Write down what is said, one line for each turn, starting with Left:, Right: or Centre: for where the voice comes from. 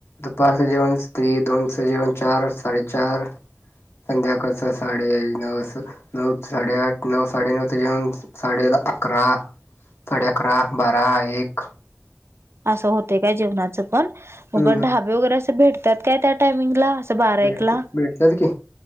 Left: दुपारच जेवण तरी स दोन जेवण चार साडेचार संध्याकाळचं साडे नऊ स नऊ सा्डे आठ नऊ सा्डे नऊ ते जेवण साडे अकरा साडे अकरा, बारा, एक
Right: असं होतय काय जेवणाचं पण, मग
Left: हम्म.
Right: ढाबे वगैरे असे भेटतात काय त्या टायमिंगला? असं बारा
Left: भेटतय,
Right: एकला
Left: भेटतज की,